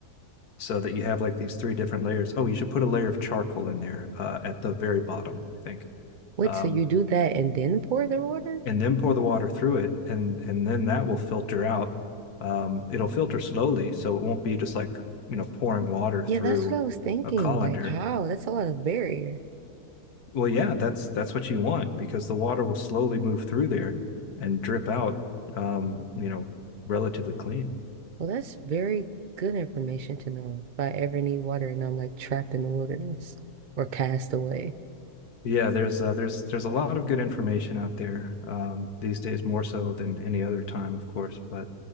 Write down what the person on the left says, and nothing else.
so that you have like these three different layers. Oh, you should put a layer of charcoal in there uh, at the very bottom, I think.
Um,
and then pour the water through it, and and then that will filter out. Um, it'll filter slowly, so it won't be just like you know pouring water
through
a colander.
Well, yeah, that's that's what you want because the water will slowly move through there and drip out. Um, you know, relatively clean.
Yeah, there's uh, there's there's a lot of good information out there um, these days, more so than any other time, of course. But